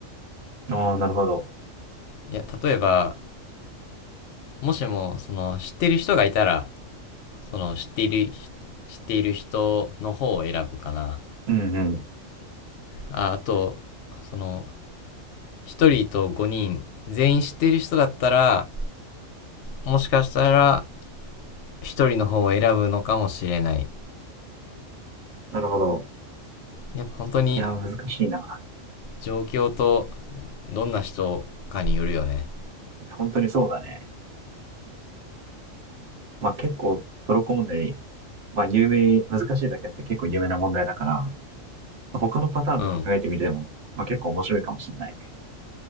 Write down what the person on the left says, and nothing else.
いや、例えば、もしも、その、知ってる人がいたら、その、知っている、知っている人の方を選ぶかな。
ああと、その、一人と5人、全員知ってる人だったら、もしかしたら、一人の方を選ぶのかもしれない。
やっぱ本当に、
状況と、どんな人かによるよね。
うん。